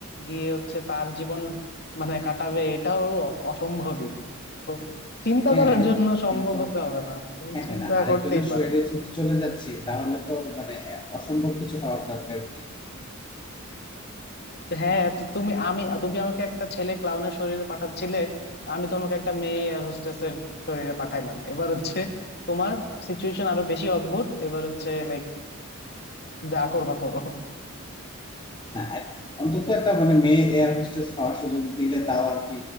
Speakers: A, on the left (about 50°); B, on the left (about 20°).
A: গিয়ে হচ্ছে তার জীবন মানে কাটাবে এটাও অ- অসম্ভবই তো চিন্তা
B: হ্যাঁ
A: করার জন্য সম্ভব
B: কিন্তু
A: হতে হবে না তুমি
B: হ্যাঁ
A: চিন্তা
B: হ্যাঁ না আরেকজনের
A: করতেই পারো
B: শরীরে যেহেতু চলে যাচ্ছি তাহলে তো মানে আহ, অসম্ভব কিছু হওয়ার দরকার কি
A: হ্যাঁ তো তুমি আমি তুমি আমাকে একটা ছেলে ক্লাউনের শরীরে পাঠাচ্ছিলে আমি তোমাকে একটা মেয়ে এয়ার হোস্টেসের শরীরে পাঠাইলাম এবার হচ্ছে তোমার সিচুয়েশন আরো বেশি অদ্ভুত এবার হচ্ছে লাইক যা করবা করো
B: না এক- অন্তত একটা মানে মেয়ে এয়ার হোস্টেস হওয়ার সুযোগ দিলে তাও আর কি